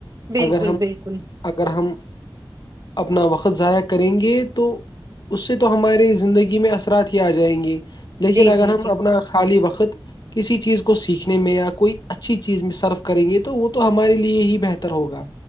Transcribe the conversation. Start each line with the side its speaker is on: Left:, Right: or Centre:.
Right: بالکل
Left: اگر ہم
Right: بالکل
Left: اگر ہم اپنا وقت ضائع کریں گے تو اس سے تو ہماری زندگی میں اثرات ہی آ جائیں گی لیکن
Right: جی
Left: اگر
Right: جی
Left: ہم
Right: جی
Left: اپنا خالی وقت کسی چیز کو سیکھنے میں یا کوئی اچھی چیز میں سرف کریں گے تو وہ تو ہمارے لیے ہی بہتر ہوگا